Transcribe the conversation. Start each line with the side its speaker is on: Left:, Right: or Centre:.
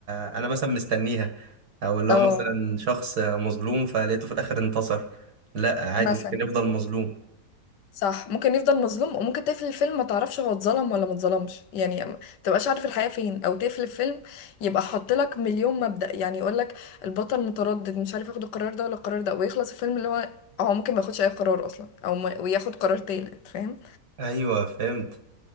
Right: انا مثلا مستنيها او اللي
Left: اه
Right: هو مثلا شخص مظلوم فلقيته في الاخر انتصر لا عادي
Left: مثلا
Right: ممكن يفضل مظلوم
Left: صح ممكن يفضل مظلوم وممكن تقفل الفيلم ما تعرفش هو اتظلم ولا ما اتظلمش يعني ما تبقاش عارف الحقيقة فين او تقفل الفيلم يبقى حاط لك مليون مبدأ يعني يقول لك البطل متردد مش عارف ياخد القرار ده ولا القرار ده ويخلص الفيلم اللي هو هو ممكن ما ياخدش اي قرار اصلا او ما وياخد قرار تالت فاهم
Right: ايوه فهمت